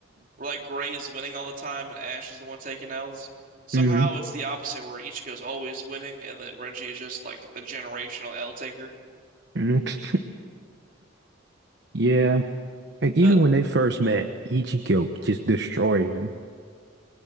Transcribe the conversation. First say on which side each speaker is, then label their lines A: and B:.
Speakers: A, on the right; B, on the right.
A: where like Gray is winning all the time and Ash is the one taking L's. Somehow
B: <laughs> hmm
A: it's the opposite where Ichigo's always winning and then Renji is just like the generational L taker.
B: hmm Yeah. Like
A: But
B: even when they first met, Ichigo just destroyed him.